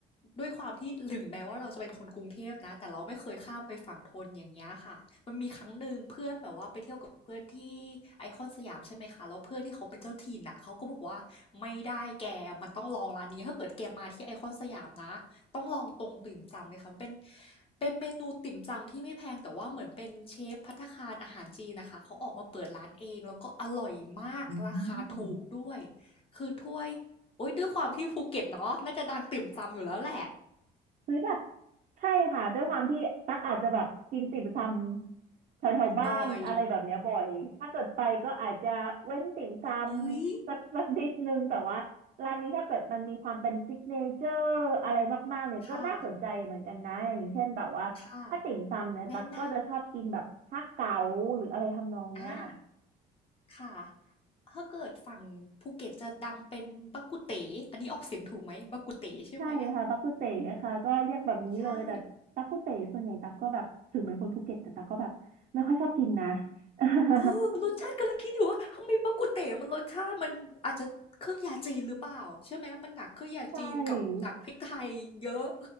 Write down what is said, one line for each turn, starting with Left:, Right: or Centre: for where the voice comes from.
Left: ด้วยความที่ถึงแม้ว่าเราจะเป็นคนกรุงเทพนะ แต่เราไม่เคยข้ามไปฝั่งธนอย่างเงี้ยค่ะ มันมีครั้งหนึ่งเพื่อนแบบว่าไปเที่ยวกับเพื่อนที่ไอคอนสยามใช่ไหมคะ แล้วเพื่อนที่เขาเป็นเจ้าถิ่นอ่ะเขาก็บอกว่าไม่ได้แกมันต้องลองร้านนี้ถ้าเกิดแกมาที่ไอคอนสยามนะต้องลองตรงติ่มซำเลยค่ะมันเป็นเป็นเมนูติ่มซำที่ไม่แพงแต่ว่าเหมือนเป็นเชฟภัตตาคารอาหารจีนนะคะเขาออกมาเปิดร้านเองแล้วก็อร่อยมากราคาถูกด้วย
Right: อืม
Left: คือถ้วยโอ๊ยด้วยความที่ภูเก็ตเนาะน่าจะดังติ่มซำอยู่แล้วแหละ
Right: เฮ้ยแบบใช่ค่ะด้วยความที่ตักอาจจะแบบกินติ่มซำแถวแถวบ้านอะไรแบบเนี้ยบ่อยถ้าเกิดไปก็อาจจะเว้นติ่มซำสัก
Left: บอยเอ้ย
Right: <laughs> สักนิดนึงแต่ว่าร้านนี้ถ้าเกิดมันมีความเป็นซิกเนเจอร์อะไรมากๆเนี่ยก็น่าสนใจเหมือนกันนะอย่างเช่นแบบว่าถ้าติ่มซำเนี่ยตักก็จะชอบกินแบบฮักเก๋าหรืออะไรทำนองเนี้ยค่ะ
Left: ค่ะค่ะแนะนำอ่าค่ะถ้าเกิดฝั่งภูเก็ตจะดังเป็นบักกุเต๋อันนี้ออกเสียงถูกไหมบักกุเต๋ใช่ไหม
Right: ใช่ค่ะตักกุเต๋ค่ะก็เรียกแบบนี้เลยแต่ตั๊กกุเต๋ส่วนใหญ่ตักก็แบบถึงเหมือนคนภูเก็ตแต่ตักก็แบบไม่ค่อยชอบกินนะ
Left: ใช่
Right: <laughs>
Left: เออรสชาติกำลังคิดอยู่ว่าทำไมบักกุเต๋มันรสชาติมันอาจจะเครื่องยาจีนหรือเปล่าใช่ไหมมันหนักเครื่องยาจีนกับหนักพริกไทยเยอะ
Right: ใช่